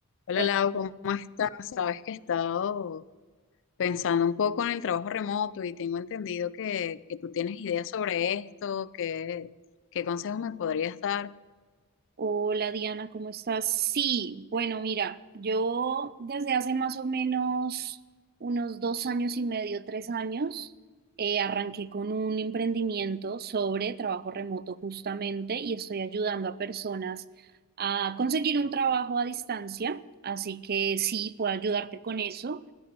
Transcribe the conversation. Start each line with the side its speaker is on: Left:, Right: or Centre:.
Left: Hola
Right: Hola,
Left: Lau, ¿cómo estás? Sabes que he estado pensando un poco en el trabajo remoto y tengo entendido que, que tú tienes ideas sobre esto, que, qué consejos me podrías dar.
Right: hola, Diana, ¿cómo estás? Sí, bueno, mira, yo desde hace más o menos unos dos años y medio, tres años, eh, arranqué con un emprendimiento sobre trabajo remoto justamente y estoy ayudando a personas a conseguir un trabajo a distancia, así que sí, puedo ayudarte con eso.